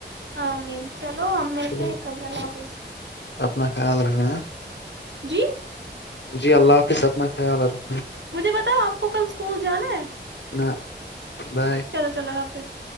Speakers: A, on the right (about 80°); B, on the left (about 75°).
A: ہاں مین چلو ہم ملتے
B: چلو
A: ہیں قبل اللہ حافظ
B: اپنا خیال رکھنا ہاں؟
A: جی
B: جی اللہ حافظ س اپنا خیال رکھ
A: مجھے بتاؤ آپ آ کو کل سکول جا ہے
B: نہ بائے
A: چلو چلولہ حافظ